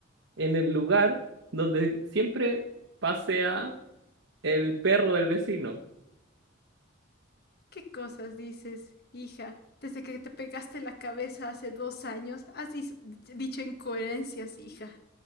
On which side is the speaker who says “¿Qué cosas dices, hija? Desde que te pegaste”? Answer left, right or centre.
Left